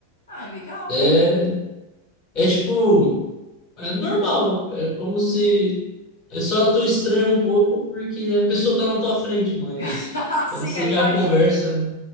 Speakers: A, on the left; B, on the left.
A: Ah, legal,
B: É,
A: pô.
B: é tipo... É normal. É como se... É só tu estranha um pouco porque a pessoa tá na tua frente, mas...
A: <laughs> Sim,
B: Quando você
A: eu imagino.
B: já conversa...